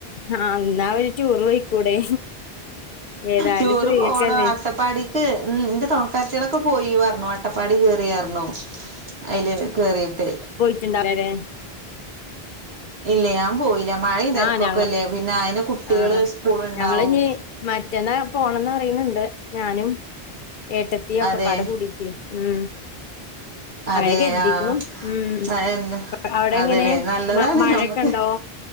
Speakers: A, on the left; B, on the right.
A: ആഹ് എന്നാ ഒരു ടൂറ് പോയിക്കൂടെ ഏതായാലും
B: ടൂറ്
A: ഫ്രീയൊക്കെല്ലേ
B: പോണം. അട്ടപ്പാടി ക്ക് ഉം ന്റെ തൊണക്കാരത്ത്യേളൊക്കെ പോയി പർണു. അട്ടപ്പാടി കേറീയർണു. അയില് കേറീട്ട്
A: ഇജ്ജ് ണ്ടാവൂലലേ.
B: ഇല്ലെ. ഞാൻ പോയില്ല. മഴിം തെരക്കൊക്കെല്ലേ
A: ആഹ് ഞങ്ങ
B: പിന്നെ അയിന് കുട്ട്യേള്
A: ആഹ്
B: സ്കൂള്ണ്ടാവും.
A: ഞങ്ങളിഞ്ഞി മറ്റന്നാ പോണംന്നറിണ് ണ്ട് ഞാനും ഏട്ടത്തി ഒക്കെപ്പാട
B: അതെ
A: കൂടീട്ടേ. ഉം
B: അതെ
A: അങ്ങനെ കെര്തീക്കുണു.
B: ആഹ്
A: ഉം
B: എന്താ
A: അവടെങ്ങനെ
B: അതല്ലേ നല്ലതാണ്
A: മ മഴക്കെണ്ടോ?
B: നമ്മക്ക്